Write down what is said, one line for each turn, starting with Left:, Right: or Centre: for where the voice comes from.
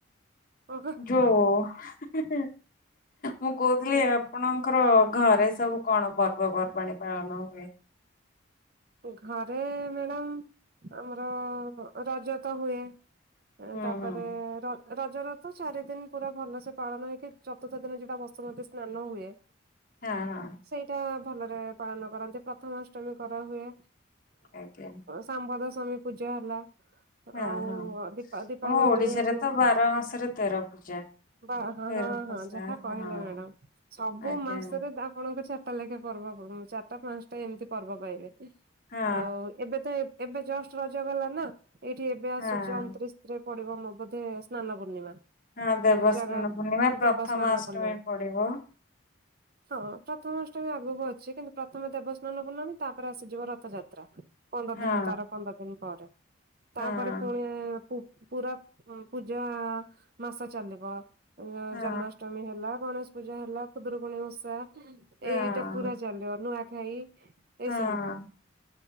Right: ଓହୋ
Left: ଯୋଉ <unintelligible> ମୁଁ କହୁଥିଲି
Right: ହୁଁ
Left: ଆପଣଙ୍କର ଘରେ ସବୁ କଣ ପର୍ବପର୍ବାଣି ପାଳନ ହୁଏ?
Right: ଘରେ ମ୍ୟାଡାମ ଆମର ରଜ ତ ହୁଏ।
Left: ହୁଁ
Right: ତାପରେ
Left: ହୁଁ
Right: ର ରଜର ତ ଚାରି ଦିନ ପୁରା ଭଲ ସେ ପାଳନ ହେଇକି ଚତୁର୍ଥ ଦିନ ଯୋଉଟା ବସୁମତୀ ସ୍ନାନ ହୁଏ <inaudible>
Left: ହଁ ହଁ।
Right: ସେଇଟା ଭଲରେ ପାଳନ କରନ୍ତି, ପ୍ରଥମାଷ୍ଟମୀ କରାହୁଏ।
Left: ଆଜ୍ଞା
Right: ସାମ୍ବଦଶାମୀ ପୂଜା ହେଲା।
Left: ହଁ
Right: ଆଉ
Left: ହଁ।
Right: ଦୀପା ଦୀପାବଳିରେ
Left: ଆମ ଓଡିଶାରେ
Right: ଯୋଉ
Left: ତ ବାର ମାସରେ ତେର ପୂଜା
Right: ବା ହଁ
Left: ତେର
Right: ହଁ
Left: ପୂଜା
Right: ହଁ ଯାହା କହିଲେ
Left: ହଁ।
Right: ମ୍ୟାଡାମ ସବୁ
Left: ଆଜ୍ଞା
Right: ମାସରେ ଆପଣଙ୍କ ଟା ଲେଖେ ପର୍ବ ଚାରିଟା ପାଞ୍ଚଟା ଏମିତି ପର୍ବ ପାଇବେ
Left: ହଁ
Right: ଆଉ ଏବେ ତ ଏବେ ଜଷ୍ଟ ରଜ ଗଲା ନା ଏଇଠି ଏବେ ଆସୁଛି
Left: ହଁ।
Right: ଅଣତିରିଶରେ ପଡିବ ମୋ ବୋଧେ ସ୍ନାନ ପୂର୍ଣ୍ଣିମା।
Left: ହଁ ଦେବସ୍ନାନ
Right: ଜାଗା
Left: ପୂର୍ଣ୍ଣିମା ପ୍ରଥମାଷ୍ଟମୀ
Right: ଦେବସ୍ନାନ ପୂର୍ଣ୍ଣମୀ
Left: ପଡିବ।
Right: ହଁ ପ୍ରଥମାଷ୍ଟମୀ ଆଗକୁ ଅଛି କିନ୍ତୁ ପ୍ରଥମେ ଦେବସ୍ନାନ ପୂର୍ଣ୍ଣମୀ ତା ତାର ଆସିଯିବ ରଥଯାତ୍ରା ପନ୍ଦର
Left: ହଁ
Right: ଦିନ୍ ତାର ପନ୍ଦର ଦିନ୍ ପରେ
Left: ହଁ।
Right: ତାପରେ ପୁଣି ପୁ-ପୁରା ପୂଜା ମାସ ଚାଲିବ। ଉଁ -ଆଁ
Left: ହଁ
Right: -ଜନ୍ମାଷ୍ଟମୀ ହେଲା ଗଣେଶ ପୂଜା ହେଲା ଖୁଦୁରୁକୁଣୀ ଉଷା
Left: ହଁ
Right: ଏଇଟା ପୁରା ଚାଲିବ ନୂଆଖାଇ ଏଇସବୁ
Left: ହଁ।